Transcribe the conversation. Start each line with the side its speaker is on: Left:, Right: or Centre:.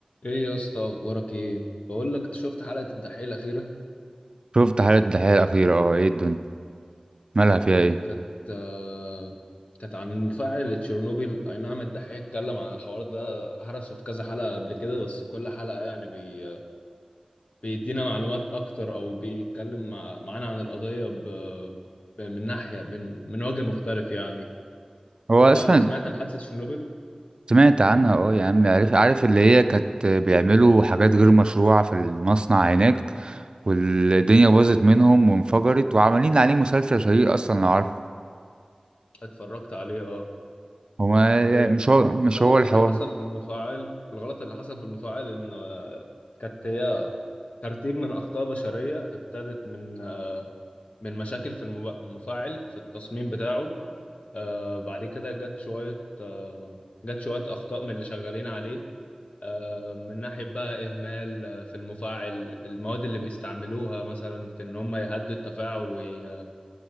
Left: ايه يا اسطى اخبارك ايه بقول لك شفت حلقه الدحيح الاخيره
Right: شفت حلقة الدحيح الأخيرة اه ايه الدنيا مالها فيها ايه
Left: كانت آه كانت عن فاعل تشيرنوبيل اي نعم الدحيح اتكلم عن الحوار ده هرسه في كذا حلقه قبل كده بس كل حلقه يعني بي بيدينا معلومات اكتر او بيتكلم مع معانا عن القضيه ب... ب... من ناحيه من من وجه مختلف يعني
Right: هو
Left: انت تعرف
Right: أصلا
Left: سمعت عن حادثه تشيرنوبيل
Right: سمعت عنها اه يا عم عارف عارف اللي هي كانت بيعملوا حاجات غير مشروعة في المصنع هناك والدنيا باظت منهم وانفجرت وعمالين عليه مسلسل شهير أصلا لو عارف
Left: اتفرجت عليه اه
Right: هو
Left: هي
Right: مش هو مش
Left: الغلط
Right: هو الحوار
Left: اللي حصل في المفاعل الغلط اللي حصل في المفاعل ان آه، كانت هي ترتيب من أخطاء بشرية ابتدت من من مشاكل في المب- المفاعل في التصميم بتاعه آه بعد كده جت شوية آه جت شوية أخطاء من اللي شغالين عليه آه من ناحية بقى إهمال آه، في المفاعل المواد اللي بيستعملوها مثلا في إن هم يهدوا التفاعل وي...